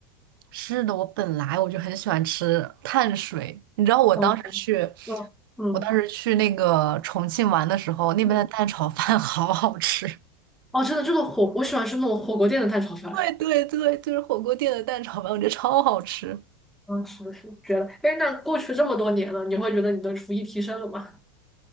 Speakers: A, on the right; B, in the centre.
A: 是的，我本来我就很喜欢吃碳水，你知道我当时去，
B: 嗯嗯嗯
A: 我当时去那个重庆玩的时候，那边的蛋炒饭
B: 嗯，
A: <laughs> 好好吃。
B: 哦，真的，这个火，我喜欢吃那种火锅店的蛋炒饭。
A: 对对对，就是火锅店的蛋炒饭，我觉得超好吃。
B: 嗯，是的，是的，觉得。哎，那过去这么多年了，你会觉得你的厨艺提升了吗？